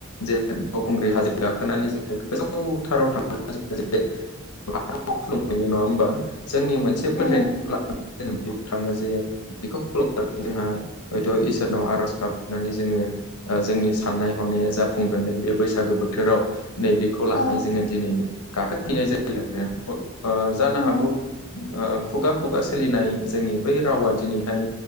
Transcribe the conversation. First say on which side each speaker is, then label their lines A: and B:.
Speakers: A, on the left; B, on the left.
A: जे बावखुंग्रि हाजो गाखोनानै जोङो गोजौथाराव थांनानै जोङो जे बाथौ खुलुमहैयो नङा होमबा जोंनि मोनसे फोथायनाय
B: उम
A: थाङो जे बेखौ खुलुमनानै जोंहा हयथ' इसोरनाव आर'ज गाबनानै जोङो ओ जोंनि साननाय हनाया जाफुंगोननि बे बैसागो बोथोराव नैबेखौ लानानै
B: औ
A: जोङो दिनै गाखो हैनाय जायो <unintelligible> ओ जानो
B: उम
A: हागौ ओ खुगा खुगा सोलिनाय जोंनि बै रावा दिनैहाय